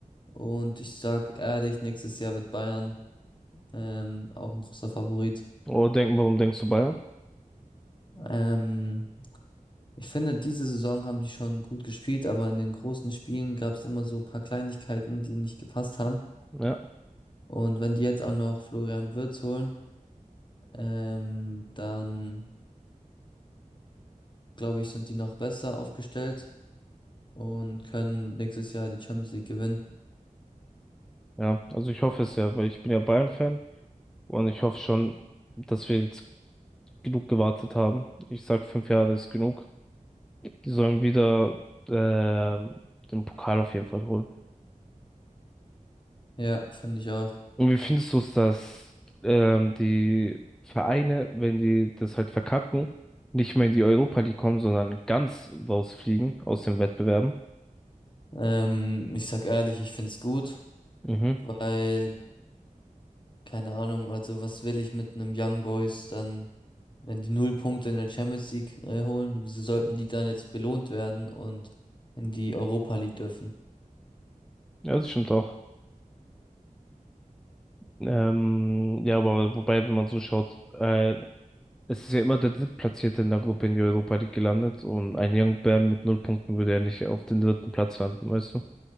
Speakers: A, on the left (about 35°); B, in the centre.
A: Und ich sag ehrlich, nächstes Jahr wird Bayern ähm, auch ein großer Favorit.
B: Oder denken, warum denkst du Bayern?
A: Ähm, ich finde, diese Saison haben die schon gut gespielt, aber in den großen Spielen gab es immer so ein paar Kleinigkeiten, die nicht gepasst haben.
B: Ja,
A: Und wenn die jetzt auch noch Florian Wirtz holen, ähm, dann glaube ich, sind die noch besser aufgestellt und können nächstes Jahr die Champions League gewinnen.
B: ja. Also ich hoffe es ja, weil ich bin ja Bayern-Fan und ich hoffe schon, dass wir jetzt genug gewartet haben. Ich sag, fünf Jahre ist genug. Die sollen wieder ähm, den Pokal auf jeden Fall holen.
A: Ja, finde ich auch.
B: Und wie findest du es, dass ähm, die Vereine, wenn die das halt verkacken, nicht mehr in die Europa League kommen, sondern ganz rausfliegen aus den Wettbewerben?
A: Ähm, ich sag ehrlich, ich find's gut,
B: Mhm.
A: weil, keine Ahnung, also was will ich mit einem Young Boys dann, wenn die null Punkte in der Champions League äh, holen, wieso sollten die dann jetzt belohnt werden und in die Europa League dürfen?
B: Ja, das stimmt auch. Ähm, ja, aber wobei, wenn man so schaut, äh, es ist ja immer der Drittplatzierte in der Gruppe in die Europa League gelandet und ein Young Bern mit null Punkten würde ja nicht auf den dritten Platz landen, weißt du?